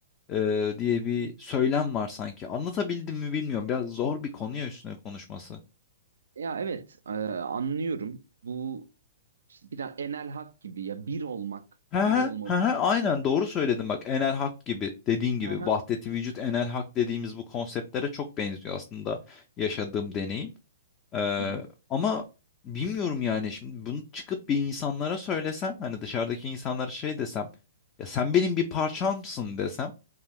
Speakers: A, on the left; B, on the right.
A: e, diye bir söylem var sanki. Anlatabildim mi bilmiyorum. Biraz zor bir konu ya üstüne konuşması.
B: Ya evet e, anlıyorum. Bu işte biraz enel hak gibi ya bir olmak,
A: He he,
B: bir olma
A: he he,
B: durumu.
A: aynen
B: Hani,
A: doğru söyledin bak Enel Hak gibi dediğin gibi
B: Hı hı.
A: vahdeti vücut Enel Hak dediğimiz bu konseptlere çok benziyor aslında yaşadığım deneyim. Ee,
B: Hı hı.
A: ama bilmiyorum yani şimdi bunu çıkıp bir insanlara söylesen hani dışarıdaki insanlara şey desem ya sen benim bir parçamsın desem